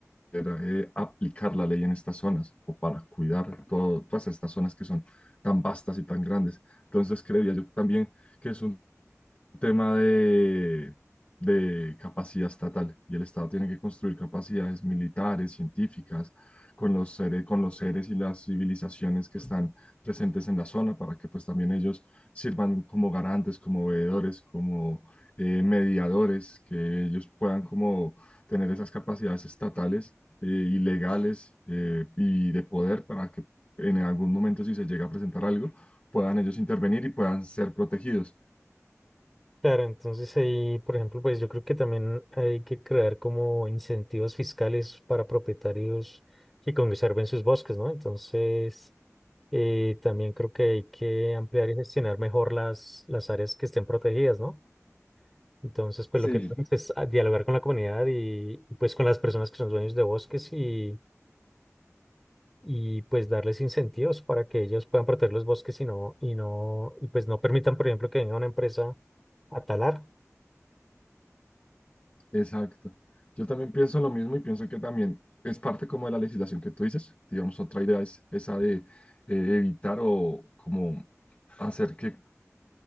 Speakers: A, on the left (about 25°); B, in the centre.
A: eh, aplicar la ley en estas zonas o para cuidar todo- todas estas zonas que son tan vastas y tan grandes. Entonces creería yo también que es un tema de, de capacidad estatal y el Estado tiene que construir capacidades militares, científicas, con los seres, con los seres y las civilizaciones que están presentes en la zona para que pues también ellos sirvan como garantes, como veedores, como eh, mediadores, que ellos puedan como tener esas capacidades estatales eh, y legales eh, y de poder para que en algún momento si se llega a presentar algo, puedan ellos intervenir y puedan ser protegidos.
B: Claro, entonces ahí, por ejemplo, pues yo creo que también hay que crear como incentivos fiscales para propietarios que conserven sus bosques, ¿no? Entonces, eh, también creo que hay que ampliar y gestionar mejor las, las áreas que estén protegidas, ¿no? Entonces, pues
A: Sí,
B: lo que podemos es a- dialogar con la comunidad y, y, pues con las personas que son dueños de bosques y, y pues darles incentivos para que ellos puedan proteger los bosques y no, y no, y pues no permitan, por ejemplo, que venga una empresa a talar.
A: Exacto. Yo también pienso lo mismo y pienso que también es parte como de la legislación que tú dices. Digamos, otra idea es esa de eh, evitar o como hacer que